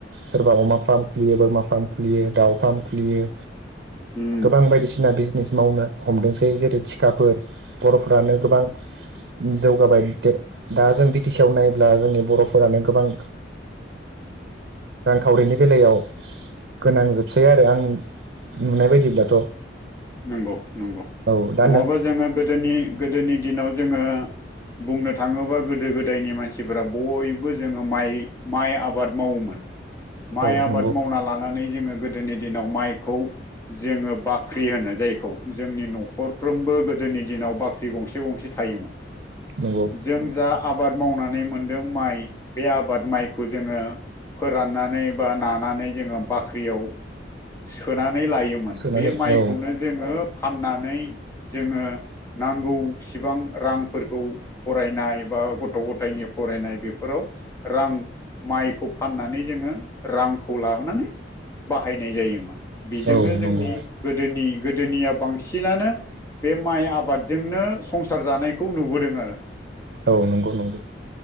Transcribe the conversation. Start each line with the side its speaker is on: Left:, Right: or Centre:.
Right: सोरबा अमा फार्म खुलियो बोरमा फार्म खुलियो दाउ फार्म खुलियो
Left: उम
Right: गोबां बायदिसिना बिजनेस मावनो हमदोंसै जेरै थिखाफोर बरफ्रानो गोबां जौगाबाय दा जों बि टि सि आव नायोब्ला जोंनि बरफोरानो गोबां
Left: <inaudible>
Right: रांखावरिनि बेलायाव गोनां जोबसै आरो आं नुनाय बायदिब्लाथ
Left: नंगौ नंगौ
Right: औ दा
Left: नङाबा
Right: नों
Left: जोंङो गोदोनि गोदोनि दिनाव जोंङो बुंनो थाङोबा गोदो गोदायनि मानसिफोरा बयबो जोंङो माइ माइ आबाद मावोमोन माइ
Right: औ
Left: आबाद
Right: नंगौ
Left: मावना लानानै जोंङो गोदोनि दिनाव माइखौ जोंङो बाख्रि होनो जायखौ जोंनि नखरफ्रोमबो गोदोनि दिनाव बा ख्रि गंसे गंसे थायोमोन
Right: नंगौ
Left: जों जा आबाद मावनानै मोनदों माइ बे आबाद माइखौ जोंङो फोराननानै बा नानानै जोंङो बाख्रियाव सोनानै लायोमोन
Right: सोनानै
Left: बे माइखौनो
Right: औ
Left: जोंङो फाननानै नै जोङो नांगौसिबां रांफोरखौ फरायनाय बा गथ' गथ गथायनि फरायनाय बेफोराव रां माइखौ फाननानै जोङो रांखौ ला नानै बाहाय नाय जायोमोन बेजोंनो
Right: औ
Left: जोंनि
Right: नंगौ
Left: गोदोनि गोदोनिया बांसिनानो बे माइ आबादजोंनो संसार जानायखौ नुबोदों आरो।
Right: औ नंगौ नंगौ